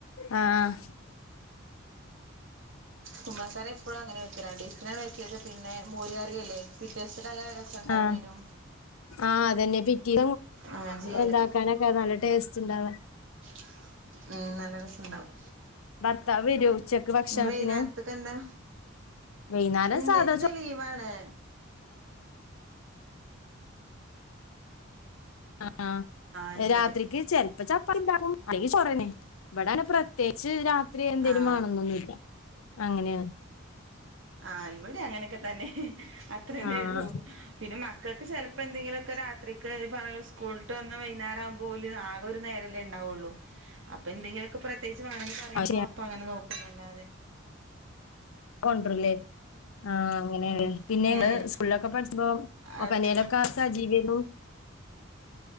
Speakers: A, on the left (about 85°); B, on the right (about 65°).
A: ആഹ് ആഹ്
B: കുമ്പളകറി എപ്പോഴും അങ്ങനെ വെക്കീണെ <unintelligible> വച്ചത് പിന്നെ മോര്കറിയല്ലേ പിറ്റ്യേസി നല്ല രസണ്ടാവേനു.
A: ആഹ് ആഹ് അതന്നെ പിറ്റീ
B: അങ്ങനെ ചെയ്യാറ്
A: എന്താക്കാനൊക്കെ നല്ല ടേസ്റ്റ് ഇണ്ടാവ
B: <inaudible> ഉം നല്ല രസണ്ടാവും
A: ഭർത്താവ് വരോ ഉച്ചക്ക് ഭക്ഷണത്തിന്
B: ഇനി വൈകുന്നേര്ത്ത്ക് എന്താ?
A: വൈകുന്നേരം
B: ഇണ്ട്
A: സാധാ
B: ഇന്ന്
A: ചോ
B: ലീവാണ്.
A: അ ആഹ്
B: അത് ശരി
A: രാത്രിക്ക് ചെൽപ്പ ചപ്പാത്തി ണ്ടാകും. അല്ലെങ്ക ചൊറെന്നെ ഇവിടങനെ പ്രത്യേച്ച് രാത്രി എന്തേലും
B: ആഹ്
A: വാണന്നൊന്നുല്ല അങ്ങനെണ്.
B: ആഹ് ഇവിടെ അങ്ങനെക്കെ തന്നെ അത്രന്നേ
A: ആഹ്
B: ള്ളൂ പിന്നെ മക്കൾക്ക് ചെല ഇപ്പ എന്തെങ്കിലൊക്കെ രാത്രിക്ക് പാറു സ്കൂൾട്ട് വന്ന വൈന്നേരാവുമ്പോ ഓല് ആകെ ഒരു നേരേല്ലെ ഇണ്ടാവൊള്ളു അപ്പ എന്തെങ്കിലൊക്കെ പ്രത്യേകിച്ച് വാണെന്ന് പറയുമ്പോ
A: അത് ശരിയാ
B: അപ്പ അങ്ങനെ നോക്കുന്നുല്ലാതെ
A: കൊണ്ടരല്ല് ആഹ് അങ്ങനെലെ
B: ഉം
A: പിന്നെ ഇന്ന്
B: ഉം
A: സ്കൂള്ളോക്കെ പഠിച്ചപ്പൊ
B: അടുത്ത
A: ആ <unintelligible> കാസാ ജീവേനു